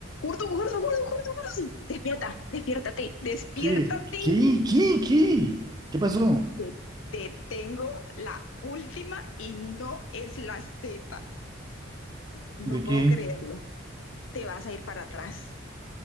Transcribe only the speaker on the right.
¿Qué? ¿Qué? ¿Qué? ¿Qué? ¿Qué pasó?
¿De
qué?